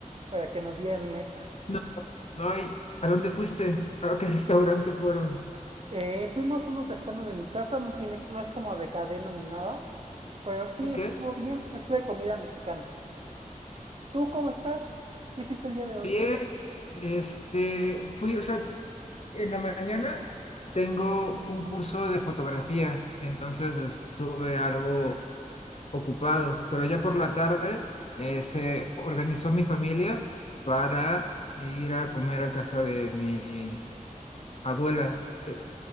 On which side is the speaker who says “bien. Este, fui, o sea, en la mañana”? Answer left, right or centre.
Left